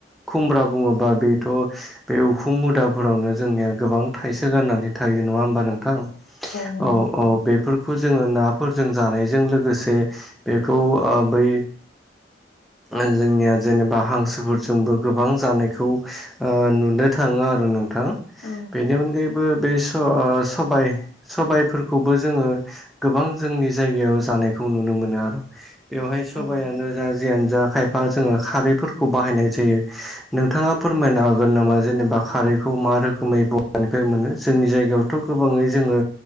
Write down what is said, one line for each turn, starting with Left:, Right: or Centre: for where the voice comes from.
Centre: खुमब्रा बुङोबा बेथ' बे उखुम मुदाफोरावनो जोंनिया गोबां थाइसे गारनानै थायो नङा होमबा नोंथां?
Left: नंगौ
Centre: औ
Left: नंगौ
Centre: औ बेफोरखौ जोङो ना फोरजों जानायजों लोगोसे बेखौ ओ बै ओ जोंनिया जेनेबा हांसोफोरजोंबो गोबां जानायखौ ओ नुनो थाङो आरो नोंथां।
Left: औ
Centre: बेनि अनगायैबो बे स ओ सबाय सबायफोरखौबो जोङो गोबां जोंनि जायगायाव जानायखौ नुनो मोनो आरो। बेवहाय सबायानो
Left: औ
Centre: जा जियानो जा खायफा जोङो खारैफोरखौ बाहायनाय जायो। नोंथाङा फोरमायनो हागोन नामा जेनेबा खारैखौ मा रोखोमै ब हानिफाय मोनो। जोंनि जायगायावथ' गोबाङै जोङो